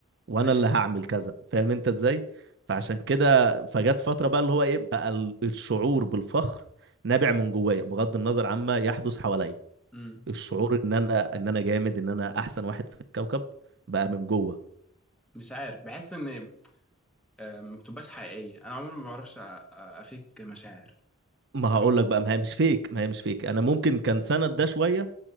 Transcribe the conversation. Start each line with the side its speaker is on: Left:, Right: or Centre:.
Right: وانا
Centre: ايوه
Right: اللي هعمل كذا فاهم انت ازاي فعشان كده فجت فتره بقى اللي هو ايه بقى ال- الشعور بالفخر نابع من جوايا بغض النظر عما يحدث حواليا
Centre: امم
Right: الشعور ان انا ان انا جامد ان انا احسن واحد في الكوكب بقى من جوه
Centre: مش عارف بحس ان آه، ما بتبقاش حقيقية أنا عموما ما بعرفش أ- أ- أفيك مشاعر
Right: ما هقول
Centre: فاهم قصدي؟
Right: لك بقى ما هي مش فيك ما هي مش فيك انا ممكن كان سند ده شويه